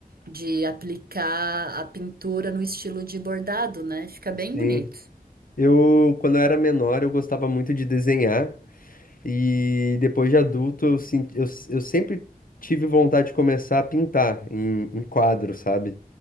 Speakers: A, on the right; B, on the left.
A: de aplicar a pintura no estilo de bordado, né? Fica bem
B: Sim,
A: bonito.
B: eu, quando eu era menor, eu gostava muito de desenhar, E depois de adulto, eu, sen- eu, eu sempre tive vontade de começar a pintar em, em quadro, sabe?